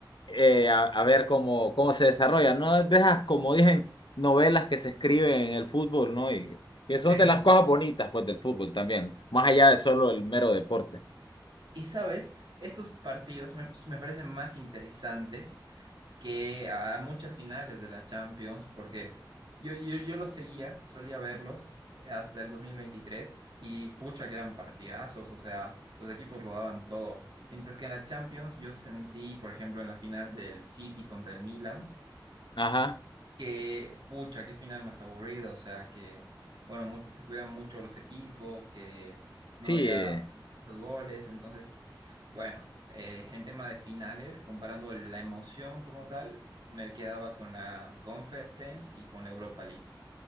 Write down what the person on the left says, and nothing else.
eh, a, a ver cómo, cómo se desarrolla. No dejas, como dicen, novelas que se escriben en el fútbol, ¿no? Y que son
de las cosas bonitas, pues, del fútbol también, más allá de solo el mero deporte.
Ajá,
sí,
eh,